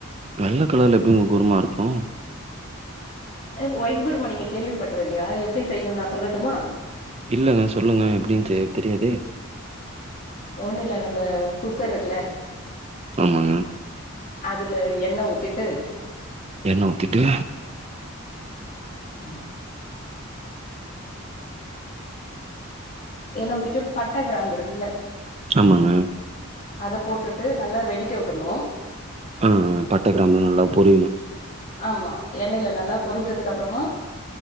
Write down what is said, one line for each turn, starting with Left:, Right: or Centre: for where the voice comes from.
Right: வெள்ள கலர்ல எப்டிங்க குருமா இருக்கு
Left: வொய்ட் குருமா நீங்க கேள்விப்பட்டதுல்லையா எப்டி செய்யணு நா சொல்லட்டுமா
Right: இல்லங்க சொல்லுங்க எப்டின்னு செய்ய தெரியாதே
Left: ஒண்ணு இல்ல நம்ப குக்கர் இருக்குல
Right: ஆமா
Left: அதுல எண்ண ஊத்திட்டு
Right: எண்ண ஊத்திட்டு
Left: ம் எண்ண ஊத்திட்டு பட்ட கிராம் இருக்குல்ல
Right: <unintelligible>
Left: அத போட்டுட்டு நல்லா வெடிக்க உட்றணும்
Right: ஆ பட்டகிராமெலாம் நல்லா பொரியணும்
Left: ஆமா எண்ணயில நல்லா பொரிஞ்சதுக்கு அப்றமா